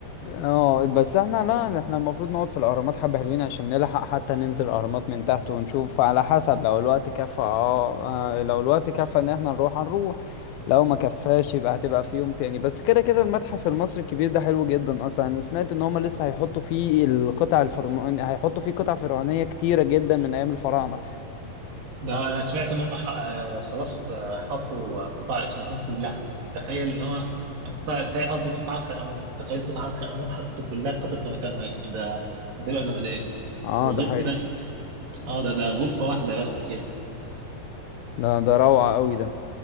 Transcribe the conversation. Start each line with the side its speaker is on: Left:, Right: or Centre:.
Left: اه بس احنا لا احنا المفروض نقعد في الاهرامات حبة حلوين عشان نلحق حتى ننزل الاهرامات من تحت ونشوف على حسب لو الوقت كفى اه آه، لو الوقت كفى ان احنا نروح هنروح لو ما كفاش يبقى هتبقى في يوم تاني بس كده كده المتحف المصري الكبير ده حلو جدا اصلا انا سمعت ان هما لسه هيحطوا فيه القطع الفرعونية هيحطوا فيه قطع فرعونية كتيرة جدا من ايام الفراعنة
Right: ده انا سمعت ان هم ح- آه، خلاص آه، حطوا قطع اخناتون كلها تخيل ان هو القطع بتاعي قصدي توت عنخ امون تخيل توت عنخ امون حطته كلها اتحطت في مكان واحد ده هتبقى جمدان
Left: اه
Right: وغير
Left: ده حاجة
Right: كده اه ده ده غرفه واحده بس كده
Left: ده ده روعة قوي ده